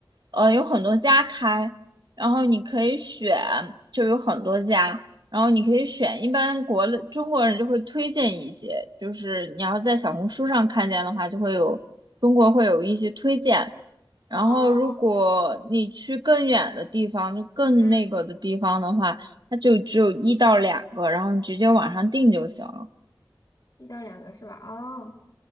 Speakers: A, on the right; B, on the left.
A: 呃有很多家开，然后你可以选，就有很多家，然后你可以选。一般国内中国人就会推荐一些，就是你要在小红书上看见的话，就会有中国会有一些推荐。然后如果你去更远的地方，
B: 哦，
A: 就更那个的地方的话，
B: 嗯，
A: 它就只有一到两个，然后你直接网上订就行了。
B: 一到两个是吧？哦。